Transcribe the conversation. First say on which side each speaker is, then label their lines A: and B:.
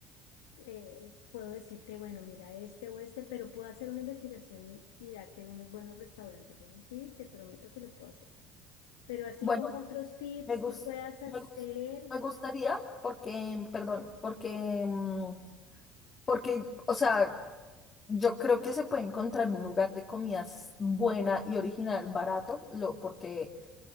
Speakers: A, on the left; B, on the left.
A: eh, puedo decirte, bueno, mira este o este, pero puedo hacer una investigación y, y darte unos buenos restaurantes, eso sí, te prometo que lo puedo hacer. Pero así
B: Bueno,
A: como otros tips
B: me gus-
A: que puedas hacer,
B: me gus- me gustaría porque, perdón, porque, mm, porque, o sea, Yo creo que se puede encontrar un lugar de comidas buena y original, barato, lo, porque